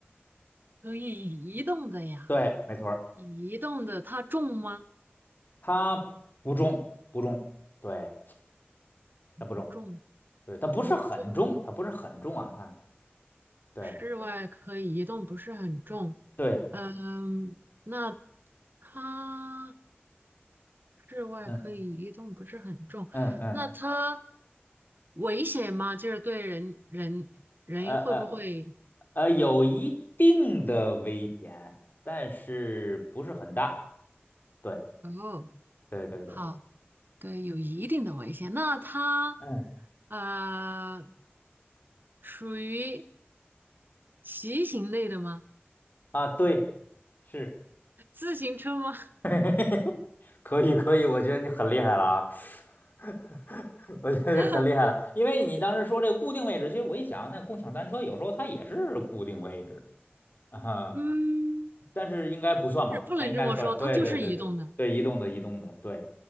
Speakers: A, on the right; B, on the left.
A: 可以移动的呀，
B: 对，没错儿，
A: 移动的它重吗？
B: 它不重不重，对，它不重，
A: 不重，
B: 对，它不是很重，
A: 不重，
B: 它不是很重啊，它对
A: 室外可以移动，不是很重。
B: 对，
A: 嗯，那它室外可以移动，
B: 嗯
A: 不是很重。
B: 嗯嗯，
A: 那它危险吗？就是对人人人会不会？
B: 呃呃呃，有一定的危险，但是不是很大。对，
A: 哦，
B: 对，对，
A: 好，
B: 对，
A: 对，有一定的危险。那它
B: 嗯，
A: 呃，属于骑行类的吗？
B: 啊，对，是，
A: 自行车吗？
B: <laughs> 可以，可以，我觉得你很厉害了啊，<laughs> 我觉得你很厉害了，
A: <laughs>
B: 因为你当时说这个固定位置，其实我一想，那共享单车有时候它也是固定位置，啊，哈，
A: 嗯，
B: 但是应该不算吧？
A: 是不能这么说，
B: 它应该算，对，
A: 它就是移动的。
B: 对，对，对，对，移动的，移动的，对，